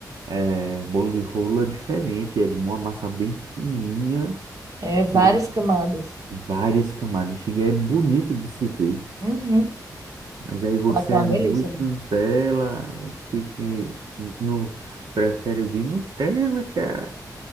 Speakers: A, on the right (about 80°); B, on the right (about 55°).
A: é, bolo de rolo é diferente, é uma massa bem fininha,
B: É várias
A: com a-
B: camadas.
A: várias camadas. Chega, é bonito de se ver,
B: Uhum.
A: mas aí você
B: Fala que é uma
A: é muito
B: delícia. né?
A: Nutella, fica aí no, prefere o de Nutella, cara.